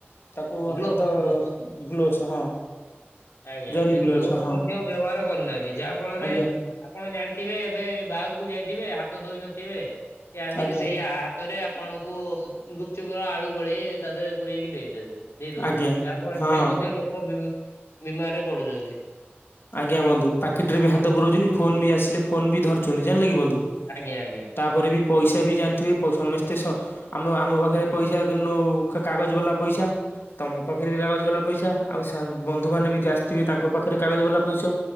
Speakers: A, on the left; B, on the left.
A: ତାକୁ
B: ଗ୍ଲୋଭସ୍
A: ହାତ
B: ଗ୍ଲୋଭସ୍।
A: ଗ୍ଲୋଭସ ହଁ
B: ଆଜ୍ଞା
A: ଜରି
B: ସେ
A: ଗ୍ଲୋଭସ
B: ଗ୍ଲୋଭ୍
A: ହଁ
B: ମଧ୍ୟ ବ୍ୟବହାର କରୁନାହାନ୍ତି ଯାହା ଫଳରେ
A: ଆଜ୍ଞା
B: ଆପଣ ଜାଣିଥିବେ ଏବେ ବାହାରକୁ ଯାଇଥିବେ ହାତ ଧୋଇ ନଥିବେ ସେ ଆସିକି
A: ଆଜ୍ଞା
B: ସେଇଆ ହା ହାତରେ ଆପଣଙ୍କୁ ଗୁପଚୁପ ର ଆଳୁ ଗୋଳେଇ ତା ଦେହରେ ପୁରେଇକି ଦେଇଦେବେ। ଦେଇ ଦଉଛନ୍ତି
A: ଆଜ୍ଞା
B: ତାପରେ
A: ହଁ
B: ଖାଇ ମଧ୍ୟ ଲୋକ ବି ବିମାରରେ ପଡୁଚନ୍ତି।
A: ଆଜ୍ଞା ବନ୍ଧୁ ପାକିଟିରେ ବି ହାତ ପୁରଉଚନ୍ତି ଫୋନ ବି ଆସିଲେ ଫୋନ ବି ଧରୁଛନ୍ତି ଜାଣିଲେ କି ବନ୍ଧୁ।
B: ଆଜ୍ଞା ଆଜ୍ଞା।
A: ତାପରେ ବି ପଇସା ବି ଜାଣିଥିବେ ସମସ୍ତେ ସ ଆମ ଆମ ପାଖରେ ପଇସା ନଉ କାଗଜ ବାଲା ପଇସା। ତମ ପାଖରେ ବି କାଗଜ ବାଲା ପଇସା ଆଉ ବନ୍ଧୁ ମାନେ ବି ଯିଏ ଆସିଥିବେ ତାଙ୍କ ପାଖରେ କାଗଜ ବାଲା ପଇସା